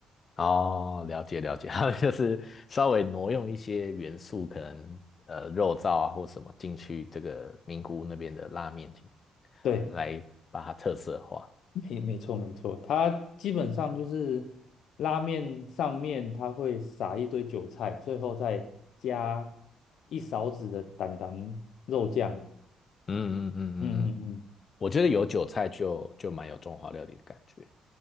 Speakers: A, on the left (about 40°); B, on the left (about 75°).
A: 哦，了解了解，<laughs> 他们就是稍微挪用一些元素，可能呃肉燥啊或什么进去这个名古屋那边的拉面厅，
B: 对。
A: 来把它特色化。
B: 没没错没错，它基本上就是拉面上面它会撒一堆韭菜，最后再加一勺子的蛋蛋肉酱。
A: 嗯嗯嗯嗯嗯，
B: 嗯嗯嗯，
A: 我觉得有韭菜就就蛮有中华料理的感觉。